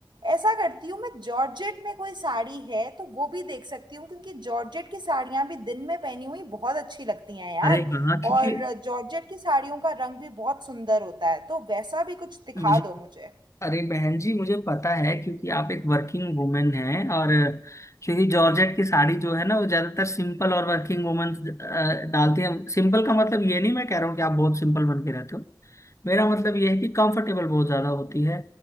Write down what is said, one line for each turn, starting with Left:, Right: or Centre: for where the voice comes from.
Right: ऐसा करती हूँ मैं जॉर्जेट में कोई साड़ी है तो वो भी देख सकती हूँ क्योंकि जॉर्जेट की साड़ियाँ भी दिन में पहनी हुई बहुत अच्छी लगती हैं यार
Left: अरे हाँ क्योंकि
Right: और जॉर्जेट की साड़ियों का रंग भी बहुत सुंदर होता है तो वैसा भी कुछ दिखा
Left: मुझे
Right: दो मुझे
Left: अरे बहन जी मुझे पता है क्योंकि आप एक वर्किंग वुमेन हैं और क्योंकि जॉर्जेट की साड़ी जो है ना वो ज्यादातर सिंपल और वर्किंग वुमेन डालती हैं सिंपल का मतलब ये नहीं मैं कह रहा हूँ कि आप बहुत सिंपल बन के रहते हो मेरा मतलब ये है कि कंफर्टेबल बहुत ज्यादा होती है